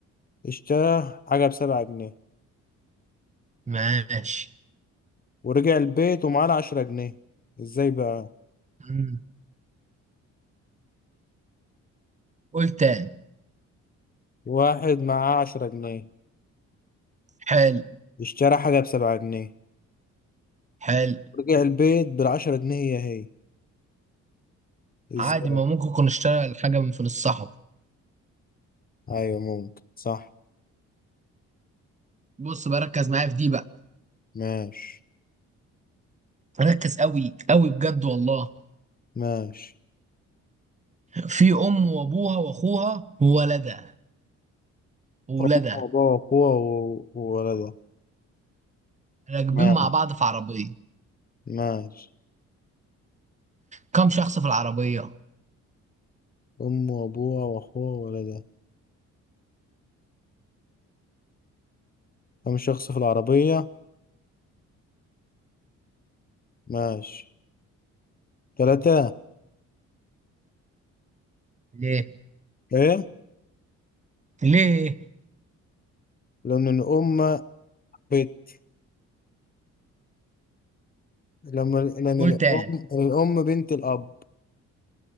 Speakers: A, on the left; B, on the right.
A: اشترى حاجة بسبعة جنيه
B: ماشي
A: ورجع البيت ومعاه عشرة جنيه ازاي بقى
B: مم. قول تاني
A: واحد معاه عشرة جنيه
B: حلو
A: اشترى حاجة بسبعة جنيه
B: حلو
A: ورجع البيت بالعشرة جنيه هي هي ازاي
B: عادي ما ممكن يكون اشتغل حاجة من فلوس صاحبه
A: أيوة ممكن صح
B: بص بقى ركز معايا في دي بقى
A: ماشي
B: ركز قوي قوي بجد والله
A: ماشي
B: في أم وأبوها وأخوها وولدها وولدها
A: أمه وأبوها وأخوها و- وولدها
B: راكبين
A: ماشي
B: مع بعض في عربية
A: ماشي
B: كام شخص في العربية
A: أمه وأبوها وأخوها وولدها كم شخص في العربية؟ ماشي تلاتة
B: ليه
A: إيه؟
B: ليه
A: لأن الأم بنت لما لأن
B: قول
A: الأم
B: تاني
A: الأم بنت الأب